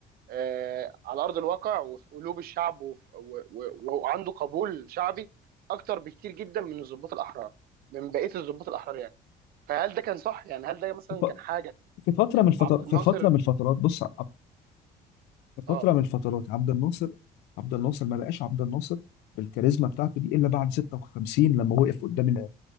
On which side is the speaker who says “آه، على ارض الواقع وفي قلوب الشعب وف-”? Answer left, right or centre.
Right